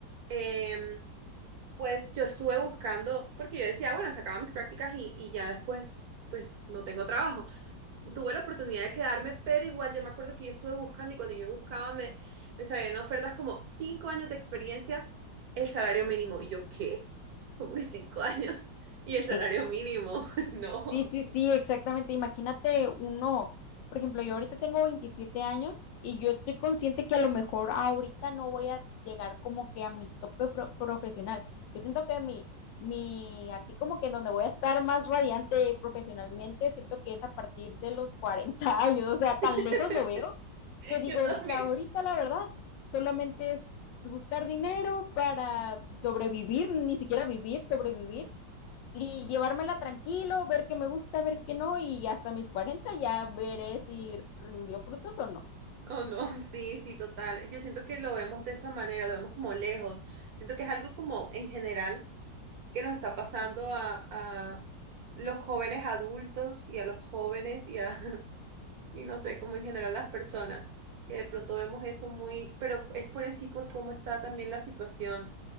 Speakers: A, on the right (about 60°); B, on the left (about 85°).
A: em, pues yo estuve buscando, porque yo decía, bueno, se acaban mis prácticas y, y ya después, pues no tengo trabajo. Tuve la oportunidad de quedarme, pero igual yo me acuerdo que yo estuve buscando y cuando yo buscaba me, me salían ofertas como cinco años de experiencia, el salario mínimo. Y yo, ¿qué? ¿Cómo que cinco <laughs> años? Y el salario
B: Ex-
A: mínimo, <laughs> no.
B: Sí, sí, sí, exactamente. Imagínate uno, por ejemplo, yo ahorita tengo 27 años y yo estoy consciente que a lo mejor ahorita no voy a llegar como que a mi tope fro- profesional. Yo siento que mi, mi, así como que en donde voy a estar más radiante profesionalmente, siento que es a partir de los 40 <laughs> años, o sea, tan
A: <laughs>
B: lejos lo veo que digo
A: Yo
B: ahorita,
A: también.
B: ahorita la verdad, solamente es buscar dinero para sobrevivir, ni siquiera vivir, sobrevivir y llevármela tranquilo, ver qué me gusta, ver qué no, y hasta mis 40 ya veré si rindió frutos o no.
A: Oh, no, <laughs> sí, sí, total. Yo siento que lo vemos de esa manera, lo vemos como lejos. Siento que es algo como en general que nos está pasando a, a los jóvenes adultos y a los jóvenes y a, <laughs> y no sé, como en general las personas, que de pronto vemos eso muy, pero es por en sí por cómo está también la situación